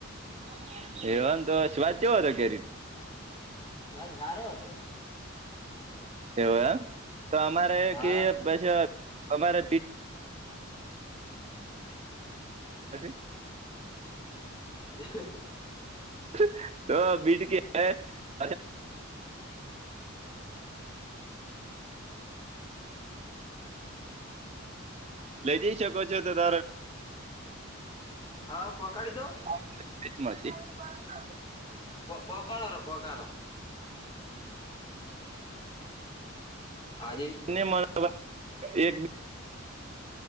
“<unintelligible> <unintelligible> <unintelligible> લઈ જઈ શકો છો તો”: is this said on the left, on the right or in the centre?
Right